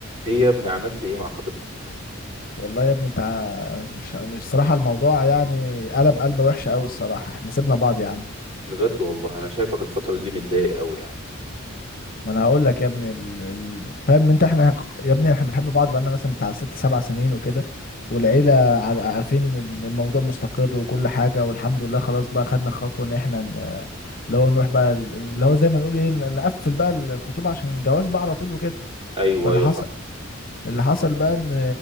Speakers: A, on the right; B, on the left.
A: ايه يا ابني عملت ايه مع خطيبتك
B: والله يا ابني انت ع- مش مش الصراحه الموضوع يعني قلب قلبه وحشه قوي الصراحه احنا سيبنا بعض يا عم
A: بجد والله انا شايفك الفترة دي متضايق قوي يعني
B: ما انا هقول لك يا ابني ال... ال... فاهم انت احنا ق- يا ابني احنا بنحب بعض بقالنا مثلا بتاع ست سبع سنين وكده والعيله
A: مم.
B: عار- عارفين ان الموضوع مستقر وكل حاجه والحمد لله خلاص بقى خدنا خطوه ان احنا ن... اللي هو نروح بقى ال- اللي هو زي ما نقول ايه ن- نقفل بقى الخطوبه عشان الجواز بقى على طول وكده
A: ايوه
B: فاللي
A: ايوه
B: حصل
A: فاهم
B: اللي حصل بقى ان